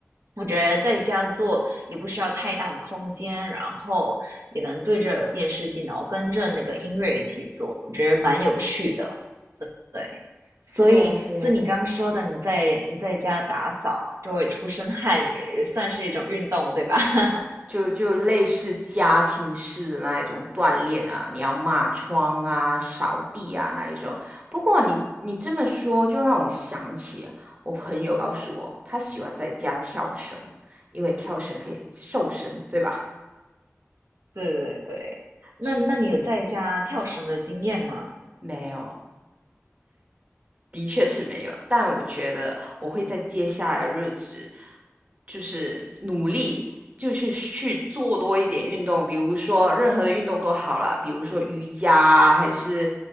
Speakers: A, on the right; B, on the right.
A: 我觉得在家做也不需要太大的空间，然后也能对着电视机，然后跟着那个音乐一起做，我觉得蛮有趣的。对，所以，
B: 对呀，对呀，
A: 所以你刚说的，你在你在家打扫就会出身汗，也也算是一种运动，对吧？<laughs>
B: 就就类似家庭式的那一种锻炼啊，你要抹窗啊、扫地啊那一种。不过你你这么说，就让我想起我朋友告诉我，他喜欢在家跳绳，因为跳绳可以瘦身，对吧？
A: 对对对，那那你有在家跳绳的经验吗？
B: 是没有，的确是没有，但我觉得我会在接下来的日子，就是努力，就是去做多一点运动，比如说任何的运动都好啦，比如说瑜伽啊，还是